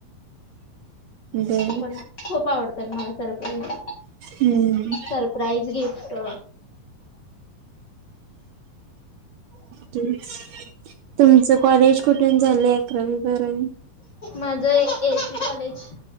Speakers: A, on the right; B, on the left.
A: बर
B: पण खूप आवडतात मला सरप्राईज.
A: हम्म
B: सर- प्राईज गिफ्ट.
A: तुमचं कॉलेज कुठून झालंय? अकरावी, बारावी.
B: माझं ए एस सी कॉलेज.